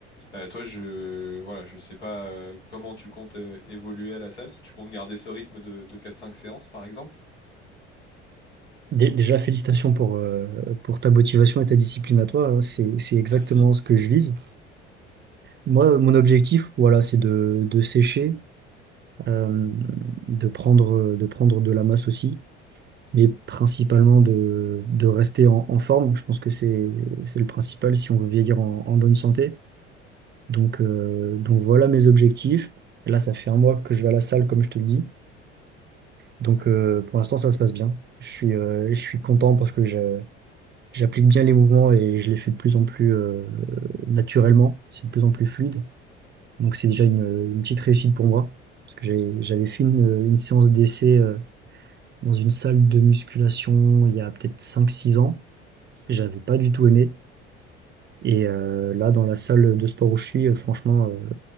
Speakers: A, on the left (about 80°); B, on the right (about 30°).
A: Euh, toi, je voilà, je sais pas euh, comment tu comptes euh, évoluer à la salle, si tu comptes garder ce rythme de, de 4-5 séances par exemple.
B: Dé- Déjà, félicitations pour, euh, pour ta motivation et ta discipline à toi. hein. C'est,
A: <laughs>
B: c'est exactement
A: Merci.
B: ce que je vise. Moi, mon objectif, voilà, c'est de, de sécher, euh, de prendre, de prendre de la masse aussi, mais principalement de, de rester en, en forme. Je pense que c'est, c'est le principal si on veut vieillir en, en bonne santé. Donc, euh, donc voilà mes objectifs. Là, ça fait un mois que je vais à la salle, comme je te le dis. Donc
A: Ouais,
B: euh, pour l'instant, ça se passe bien. Je suis, euh, je suis content parce que je- j'applique bien les mouvements et je les fais de plus en plus euh, naturellement. C'est de plus en plus fluide. Donc c'est déjà une, une petite réussite pour moi. Parce que j'ai- j'avais fait une, une séance d'essai euh, dans une salle de musculation il y a peut-être cinq six ans. J'avais pas du tout aimé. Et euh, là, dans la salle de sport où je suis, euh, franchement, euh,